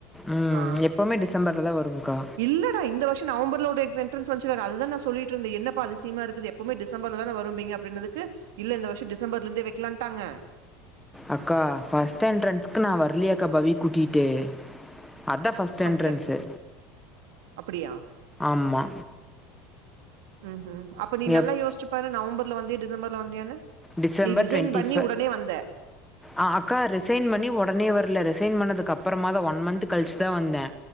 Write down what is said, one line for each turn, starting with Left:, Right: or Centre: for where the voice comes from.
Centre: உம்
Right: ஆ
Centre: எப்பவுமே டிசம்பர்ல தா வருகா
Right: இல்லடா இந்த வர்ஷோ நவம்பர்லோட என்டெரன்ஸ் வந்த்ச்ல அததா நா சொல்லி ட்டு ருந்தே என்ன பா அதிசயமா இருக்கு எப்பவுே டிசம்பர்ல தான வரும்பீங்க அப்டினதுக்கு இல்ல இந்த வர்ஷோ டிசம்பர்ல இருந்தே வெக்கலான்ட்டாங்க
Centre: அக்கா ஃபஸ்ட எண்டரன்ஸ்க்கு நா வரலியேகா பவிய கூட்டிட்டு அதான் பஸ்ட்
Right: ஃபர்ஸ்ட்
Centre: என்ட்ரன்ஸு
Right: அப்டியா
Centre: ஆமா
Right: ம்ஹும் அப்ப நீ நல்லா
Centre: எப்
Right: யோசிச்சு பாரு நவம்பர்ல வந்தியா டிசம்பர்ல வந்தியான்னு
Centre: டிசம்பர்
Right: நீ ரிசைன்
Centre: டுவெண்ட்டி
Right: பண்ணி
Centre: ஃப
Right: உடனே வந்த
Centre: ஆ அக்கா ரிசைன் பண்ணி ஒடனே வர்ல ரிசைன் பண்ணதுக்கு அப்பறமா தா ஒன் மந்த்த் கழிச்சுதா வந்தே